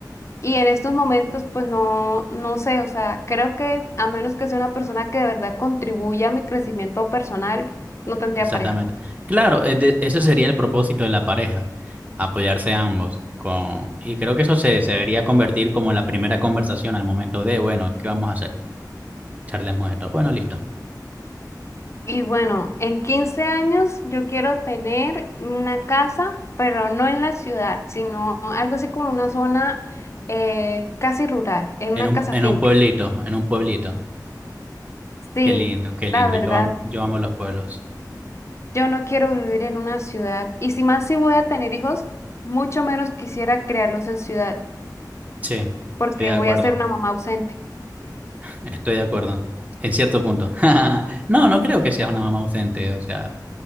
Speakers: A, on the left; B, on the right.
A: Y en estos momentos, pues no, no sé, o sea, creo que a menos que sea una persona que de verdad contribuya a mi crecimiento personal, no tendría
B: Exactamente.
A: pareja.
B: Claro, eh, de- ese sería el propósito de la pareja, apoyarse ambos. Con... Y creo que eso se, se debería convertir como la primera conversación al momento de, bueno, ¿qué vamos a hacer? Charlemos de esto. Bueno, listo.
A: Y bueno, en 15 años yo quiero tener una casa, pero no en la ciudad, sino algo así como una zona eh, casi rural, en
B: En
A: una
B: un,
A: casa
B: en
A: finca.
B: un pueblito, en un pueblito.
A: Sí,
B: Qué lindo, qué
A: la
B: lindo.
A: verdad,
B: Yo amo, yo amo los pueblos.
A: yo no quiero vivir en una ciudad. Y si más si voy a tener hijos, mucho menos quisiera criarlos en ciudad,
B: Sí,
A: porque
B: estoy de acuerdo,
A: voy a ser una mamá ausente.
B: estoy de acuerdo. En cierto punto. <laughs> No, no creo que seas una mamá ausente. O sea,